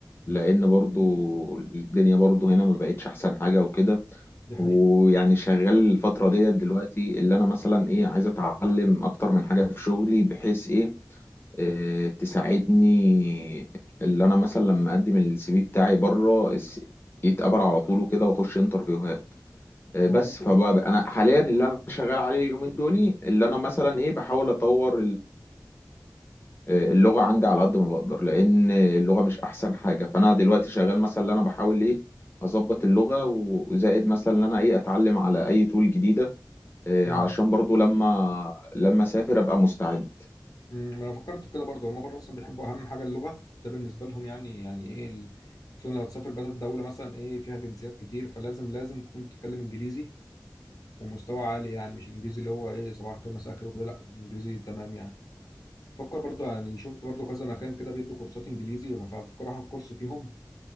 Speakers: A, on the left; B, on the left.
A: لان برضه الدنيا برضه هنا ما بقتش احسن حاجة وكده
B: دي حقيقه
A: ويعني شغال الفترة ديت دلوقتي اللي أنا مثلا إيه عايز أتعلم أكتر من حاجة في شغلي بحيث إيه آه، تساعدني اللي أنا مثلا لما أقدم السي في بتاعي بره الس- يتقبل على طول وكده وأخش انترفيوهات آه،
B: اه
A: بس
B: ممكن
A: فبقى أنا حاليا اللي أنا شغال عليه اليومين دول اللي أنا مثلا إيه بحاول أطور آه، اللغة عندي على قد ما بقدر لأن اللغة مش أحسن حاجة فأنا دلوقتي شغال مثلا اللي أنا بحاول إيه أظبط اللغة وزائد مثلا إن أنا إيه أتعلم على أي تول جديدة إيه،
B: امم
A: علشان برضو لما لما أسافر أبقى مستعد
B: أمم، انا فكرت في كده برضه هم بره اصلا بيحبوا اهم حاجه اللغه ده بالنسبه لهم يعني يعني ايه ال- خصوصا لو هتسافر بس الدوله مثلا ايه فيها جنسيات كتير فلازم لازم تكون بتتكلم انجليزي ومستوى عالي يعني مش الانجليزي اللي هو ايه صباح الخير مساء الخير وكده لا انجليزي تمام يعني فكر برضو يعني شفت برضو كذا مكان كده بيدوا كورسات انجليزي ففكر اخد كورس فيهم